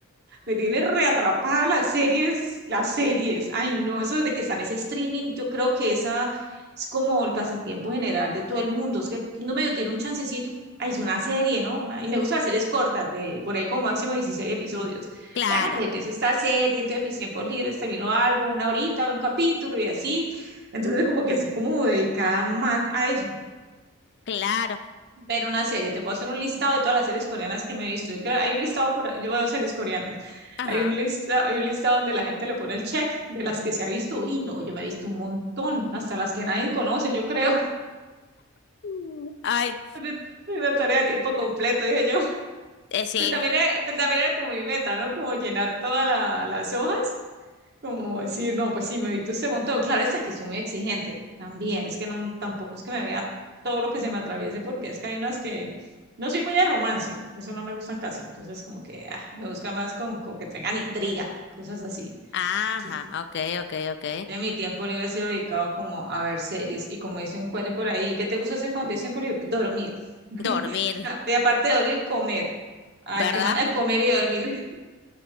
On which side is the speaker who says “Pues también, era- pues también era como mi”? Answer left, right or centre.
Right